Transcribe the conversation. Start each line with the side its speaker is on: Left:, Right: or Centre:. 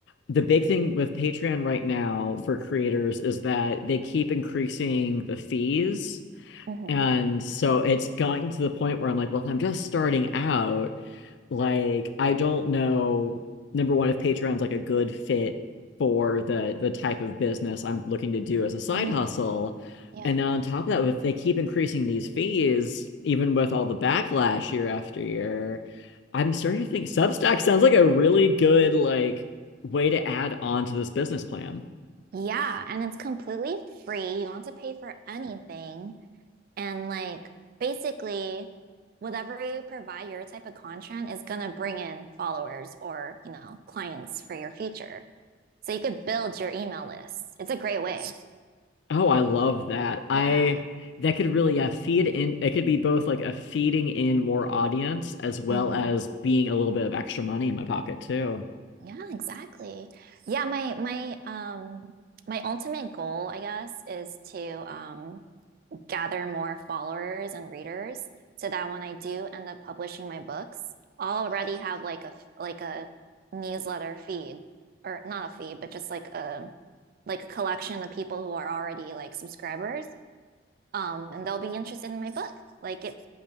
Left: the big thing with Patreon right now for creators is that they keep increasing the fees.
Right: hmm
Left: And so it's gotten to the point where I'm like, well, if I'm just starting out, Like, I don't know, number one, if Patreon's like a good fit for the the type of business I'm looking to do as a side
Right: mm
Left: hustle.
Right: Yeah.
Left: And then on top of that, if they keep increasing these fees, even with all the backlash year after year, I'm starting to think Substack sounds like a really good like way to add on to this business plan.
Right: Yeah, and it's completely free. You don't have to pay for anything. And like basically whatever you provide your type of content is gonna bring in followers or, you know, clients for your future. So you could build your email list. It's a great way.
Left: Oh, I love that.
Right: Yeah.
Left: I that could really yeah feed in. It could be both like a feeding in more audience as well
Right: hmm
Left: as being a little bit of extra money in my pocket too.
Right: Yeah, exactly. Yeah, my my um my ultimate goal, I guess, is to um gather more followers and readers so that when I do end up publishing my books, I'll already have like a like a newsletter feed or not a feed, but just like a like a collection of people who are already like subscribers. Um, and they'll be interested in my book. Like it